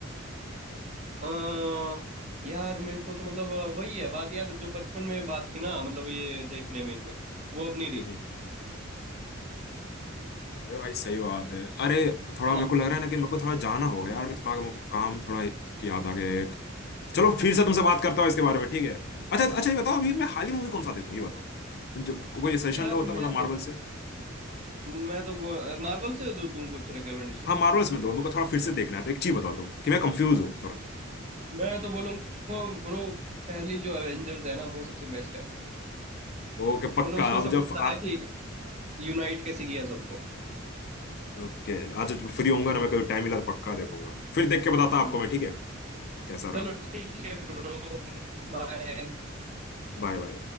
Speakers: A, on the right; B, on the left.
A: अ, यार मेरे को तो मतलब अ, वही है बात यार जो बचपन में बात थी ना मतलब ये देखने में इनमें वो अब नहीं रही
B: हम्म अरे भाई सही बात है अरे थोड़ा
A: हाँ
B: मेरे को लग रहा है ना कि मेरे को थोड़ा जाना होगा यार थोड़ा मेरे को काम थोड़ा याद आ गया चलो फिर से तुमसे बात करता हूँ इसके बारे में ठीक है अच्छा अच्छा ये बताओ अभी मैं हाल ही मूवी कौन सा देखूँ ये बताओ जो कोई सजेशन
A: यार
B: दो
A: मैं
B: तो बताओ मार्वल
A: तो
B: से
A: मैं तो मार्वल से दू, दूं कुछ रिकमेंडेशन
B: हाँ मार्वल्स में दो मेरे को थोड़ा फिर से देखना है तो एक चीज बताओ तुम कि मैं कंफ्यूज हूँ थोड़ा
A: मैं तो बोलूंगा ब्रो पहली जो एवेंजर्स है ना वो सबसे बेस्ट है
B: ओके पक्का
A: मतलब उसमें
B: अब
A: सब
B: जब
A: कुछ बताया
B: आ,
A: कि यूनाइट कैसे किया सबको
B: ओके आज फ्री होऊंगा ना मैं कभी टाइम मिला तो पक्का देखूंगा फिर देख के बताता
A: हम्म
B: आपको मैं ठीक है कैसा रहा
A: चलो ठीक है ब्रो बाय
B: Bye bye